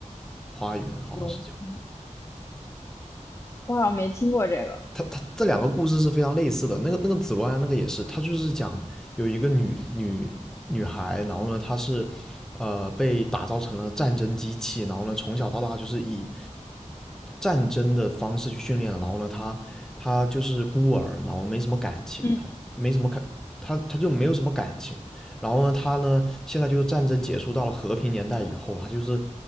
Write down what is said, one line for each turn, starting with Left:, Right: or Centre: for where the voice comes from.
Centre: 花园好像是叫。
Left: 有，嗯我好像没听过这个，
Centre: 他他这两个故事是非常类似的。那个那个紫罗兰那个也是，他就是讲有一个女女女孩，然后呢，她是呃被打造成了战争机器，然后呢，从小到大就是以战争的方式去训练然后呢，她她就是孤儿，然后没什么感情，
Left: 嗯，
Centre: 她没什么感，她她就没有什么感情。然后呢，她呢，现在就是战争结束到了和平年代以后，她就是